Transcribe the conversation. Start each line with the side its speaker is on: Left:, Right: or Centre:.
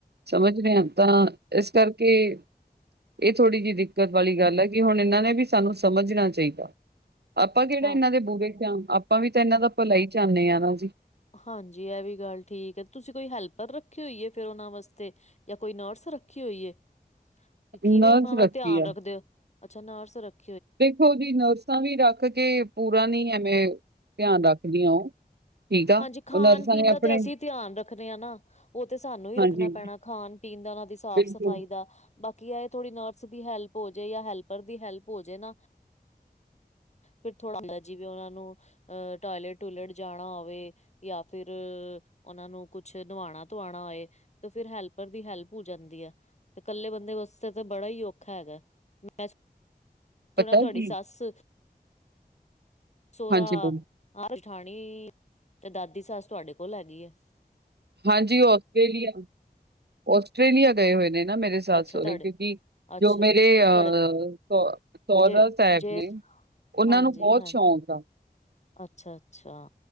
Right: ਸਮਝਦੇ ਹੈ ਤਾਂ ਇਸ ਕਰਕੇ ਇਹ ਥੋੜ੍ਹੀ ਜੀ ਦਿੱਕਤ ਵਾਲੀ ਗੱਲ ਹੈ, ਕਿ ਹੁਣ ਇਹਨਾਂ ਨੇ ਵੀ ਸਾਨੂੰ ਸਮਝਣਾ ਚਾਹੀਦਾ। ਆਪਾਂ ਕਿਹੜਾ
Left: ਹਾਂ।
Right: ਇਹਨਾਂ ਦੇ ਬੁਰੇ ਚ ਹਾਂ, ਆਪਾਂ ਵੀ ਤਾਂ ਇਹਨਾਂ ਦਾ ਭਲਾ ਹੀ ਚਾਹਨੇ ਆ ਨਾ ਜੀ।
Left: ਹਾਂਜੀ, ਇਹ ਵੀ ਗੱਲ ਠੀਕ ਹੈ। ਤੁਸੀਂ ਕੋਈ ਹੈਲਪਰ ਰੱਖੀ ਹੋਈ ਐ, ਫੇਰ ਉਹਨਾਂ ਵਾਸਤੇ? ਜਾਂ, ਕੋਈ ਨਰਸ ਰੱਖੀ ਹੋਈ ਏ?
Right: <unintelligible>
Left: ਫਿਰ, ਕਿਵੇਂ ਉਹਨਾਂ ਦਾ
Right: ਰੱਖੀ
Left: ਧਿਆਨ
Right: ਆ
Left: ਰੱਖਦੇ ਹੋ? ਅੱਛਾ ਨਰਸ ਰੱਖ
Right: ਦੇਖੋ ਜੀ ਨਰਸਾਂ ਵੀ ਰੱਖ ਕੇ, ਪੂਰਾ ਨੀ, ਐਵੇਂ ਧਿਆਨ ਰੱਖਦੀਆਂ, ਉਹ। ਠੀਕ ਆ
Left: ਹਾਂਜੀ, ਖਾਣ
Right: ਉਹ ਨਰਸਾਂ
Left: -ਪੀਣ
Right: ਨੇ
Left: ਦਾ
Right: ਆਪਣੇ
Left: ਤੇ, ਅਸੀਂ ਧਿਆਨ ਰੱਖਦੇ ਹਾਂ ਨਾ। ਉਹ ਤੇ ਸਾਨੂੰ ਹੀ
Right: ਹਾਂਜੀ
Left: ਰੱਖਣਾ ਪੈਣਾ। ਖਾਣ ਪੀਣ ਦਾ ਤੇ ਸਾਫ਼
Right: ਬਿਲਕੁਲ
Left: ਸਫ਼ਾਈ ਦਾ। ਬਾਕੀ ਐ ਥੋੜ੍ਹੀ ਨਰਸ ਦੀ ਹੈਲਪ ਹੋ ਜੇ ਜਾਂ ਹੈਲਪਰ ਦੀ ਹੈਲਪ ਹੋ ਜੇ ਨਾ। ਫਿਰ ਥੋੜਾ ਹੁੰਦਾ ਜਿਵੇਂ ਉਹਨਾਂ ਨੂੰ ਅਹ ਟੋਇਲੇਟ ਟਇਲੇਟ ਜਾਣਾ ਹੋਵੇ। ਜਾਂ ਫਿਰ ਉਹਨਾਂ ਨੂੰ ਕੁਝ ਨਵਾਉਣਾ ਧਆਉਣਾ ਹੋਏ। ਤੇ ਫਿਰ ਹੈਲਪਰ ਦੀ ਹੈਲਪ ਹੋ ਜਾਂਦੀ ਹੈ। ਕੱਲੇ ਬੰਦੇ ਵਾਸਤੇ ਤਾਂ ਬੜਾ ਹੀ ਔਖਾ ਹੈਗਾ। ਮੈਂ ਸੁਣਿਆ
Right: ਪਤਾ
Left: ਤੁਹਾਡੀ
Right: ਕੀ
Left: ਸੱਸ। ਸਹੁਰਾ
Right: ਹਾਂਜੀ ਬੋਲੋ
Left: ਆਹ ਜਠਾਣੀ ਤੇ ਦਾਦੀ ਸੱਸ ਤੁਹਾਡੇ ਕੋਲ ਹੈਗੇ ਐ ਆ।
Right: ਹਾਂ ਜੀ ਉਹ ਆਸਟ੍ਰੇਲੀਆ। ਆਸਟ੍ਰੇਲੀਆ ਗਏ ਹੋਏ ਨੇ ਨਾ ਮੇਰੇ ਸੱਸ
Left: ਅੱਛਾ
Right: ਸਹੁਰੇ
Left: ਤੁਹਾਡੇ
Right: ਕਿਉਂਕਿ।
Left: ਅੱਛਾ
Right: ਜੋ ਮੇਰੇ ਅਹ
Left: ਤੁਹਾਡਾ
Right: ਸਹੁਰਾ
Left: ਜੇ
Right: ਸਾਹਿਬ
Left: ਜੇ
Right: ਨੇ। ਉਹਨਾਂ
Left: ਹਾਂਜੀ
Right: ਨੂੰ ਬਹੁਤ
Left: ਹਾਂ
Right: ਸ਼ੌਕ ਆ।
Left: ਅੱਛਾ ਅੱਛਾ।